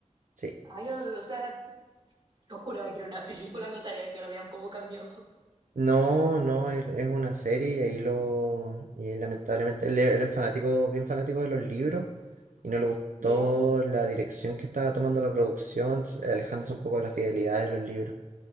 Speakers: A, on the right; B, on the right.
A: sí.
B: Ay, yo, o sea, yo juraba que era una película, no sabía que lo habían como cambiado.
A: No, no, es, es una serie y ahí lo... Y ahí, lamentablemente él era fanático, bien fanático de los libros y no le gustó
B: Ya,
A: la dirección que estaba tomando la producción, s- alejándose un poco de la fidelidad de los libros.